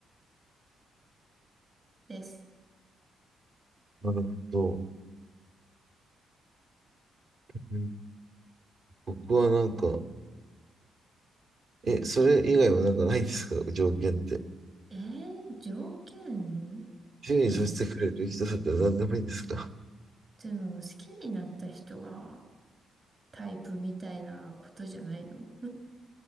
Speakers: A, on the right; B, on the right.
A: です。
B: なるほど。うん僕はなんか、え、それ以外はなんかないんですか条件って。
A: えー、条件
B: 主にさせてくれる人だったら何でもいいんですか
A: でも、でも好きになった人がタイプみたいなことじゃないの